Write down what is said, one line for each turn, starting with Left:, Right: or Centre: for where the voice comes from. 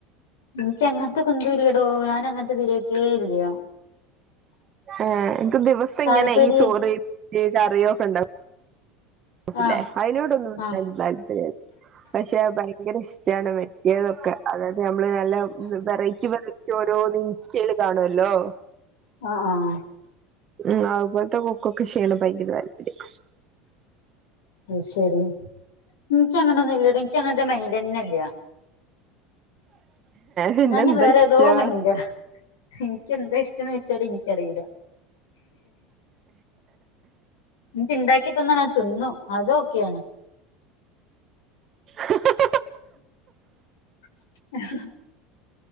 Left: ഇൻക്ക് അങ്ങൻ ത്തെ കുന്തല്ല്യടോ ഞാന് അങ്ങൻത്തെ ഇതിലേക്കേ ഇല്യാ
Right: ആഹ് ഇൻക്ക് ദിവസം
Left: താല്പര്യ
Right: ഇങ്ങനെ ഈ ചോറ് കറിയോ ഒക്കെ ഇണ്ടാവും. ഒപുല്ലേ
Left: ആഹ്
Right: അയ്നോടൊന്നും
Left: ആഹ്
Right: താല്പര്യല്ല പക്ഷെ ഭയ ങ്കര ഇഷ്ടമാണ് വറ്റിയതൊക്കെ അതായത് നമ്മള് നല്ല വെറൈറ്റി വെറൈറ്റി ചോ ലോഡിങ് ഇൻസ്റ്റയിൽ കാണുല്ലോ.
Left: അഹ് ആഹ്
Right: ഉം അഉപോൽത്തെ കുക്കൊക്കെ ക്ഷയണം ഭയങ്കര താല്പര്യയ
Left: അഹ് ശെരി ഇൻക്കങ്ങനൊന്നും ഇല്ലട ഇൻക്കങ്ങൻത്തെ മെയിൻ്റന്നെയില്ല.
Right: പിന്നെ
Left: നാന്
Right: എന്താ
Left: വേറെ
Right: ഇഷ്ടാ
Left: ഏതോ മൈൻ്റാ. ഇൻക്ക് എന്താ ഇഷ്ടംന്നോയ്ച്ചാല് ഇൻക്കറിയില്ല. ഇൻക്ക് ഇണ്ടാക്കി തന്നാ ഞാൻ തിന്നു അതു ഓക്കെയാണ്.
Right: ഹ ഹ
Left: <inaudible>